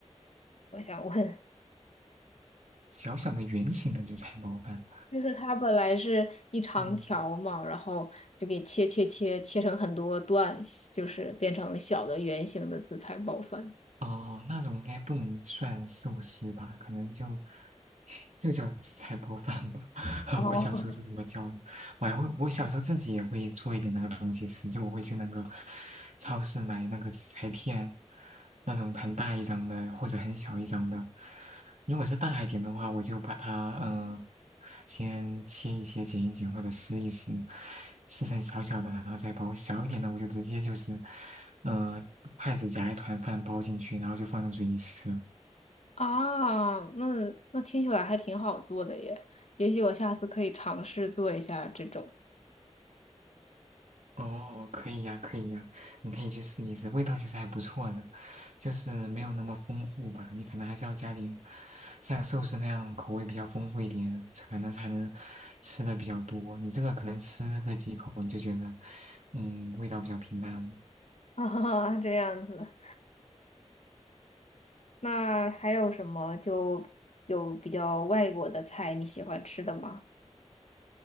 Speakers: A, on the left; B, on the right.
A: 我想问，
B: 小小的圆形的紫菜包饭。
A: <laughs> 就是它本来是一长条嘛，
B: 嗯。
A: 然后就给切切切切成很多段，就是变成小的圆形的紫菜包饭。
B: 哦，那种应该不能算寿司吧？可能就，就叫菜包饭吧。<laughs>
A: 哦，
B: 我小时候是这么叫的。我还会，我小时候自己也会做一点那个东西吃，就我会去那个超市买那个紫菜片，那种很大一张的或者很小一张的。如果是大一点的话，我就把它嗯、呃先切一切、剪一剪或者撕一撕，撕成小小的，然后再包。小一点的我就直接就是，嗯筷子夹一团饭包进去，然后就放在嘴里吃。
A: 啊，那那听起来还挺好做的耶，也许我下次可以尝试做一下这种。
B: 哦，可以呀，可以呀，你可以去试一试，味道其实还不错的，就是没有那么丰富吧，你可能还是要加点像寿司那样口味比较丰富一点，才可能才能吃的比较多。你这个可能吃个几口你就觉得，嗯，味道比较平淡了
A: <laughs> 啊，这样子。那还有什么就有比较外国的菜你喜欢吃的吗？